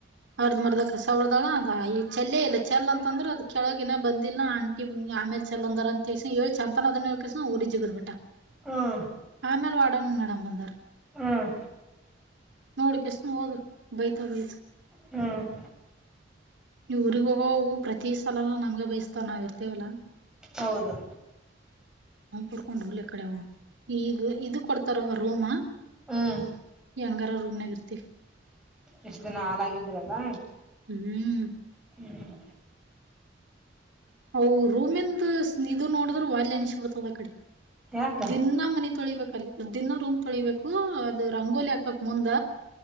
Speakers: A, on the right; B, in the centre.
A: ಅರ್ದ ಮರದ ಕಸಾ ಒಳ ಅಂದಳ ಅದ ಈ ಚೆಲ್ಲೇ ಇಲ್ಲ ಚೆ ಅಂತಂದ್ರೆ ಅದ ಕೆಳಗ ನ ಬಂದಿಲ್ಲ ಆಂಟಿ ಆಮೇಲೆ ಚೆಲ್ಂದಾರಂತ ತ ಹೇಳಿ ಚಂತನ ಅದನ್ನ ಹೇಳಿ ಕಸೆಂದು ಊರಿ ಜಿಗದ್ ಬಿಟ್ಟಾಳ
B: ಹ್ಮ್
A: ಆಮೇಲೆ ವಾರ್ಡ ಮೇಡಂ ಬಂದಳ
B: ಹ್ಮ್
A: ನೋಡಿ ಕಸಿದು ಹೋದ್ಲು ಬೈತಾ ಬೈತ
B: ಹ್ಮ್ <inaudible>
A: ಇವು ಊರಿಗ ಹೋಗವು ಪ್ರತಿ ಸಲನ ನಮ್ಗ ಬಯಸ್ತಾವ ನಾವ್ ಇರ್ತೇವಲ್ಲ
B: ಹೌದು
A: ಹ ಪಡ್ಕೊಂಡ್ ಹಳ್ಳ ಕಡೆ ಈಗ ಇದು ಕೊಡ್ತಾರವ ರೂಮ
B: ಹ್ಮ್
A: ಎಂಗಾರ ರೂಮ್ನಾಗ್ ಇರ್ತೀವಿ
B: ಈಷ್ಟು ದಿನ ಹಾಲಾಗಿದ್ರಲ್ಲ
A: ಹ್ಮ್
B: ಹ್ಮ್
A: ಅ ರೂಮಿಂದ ಇದು ನೋಡಿದ್ರ ವಲ್ ಎನಿಸಬಿಡ್ತದ ಆ ಕಡೆ
B: ಯಾಕ
A: ದಿನಾ ಮನಿ ತೊಳಿಬೇಕ ದಿನ ರೂಮ್ ತೊಳಿಬೇಕು ಅದು ರಂಗೋಲಿ ಹಾಕ್ಬೇಕ ಮುಂದ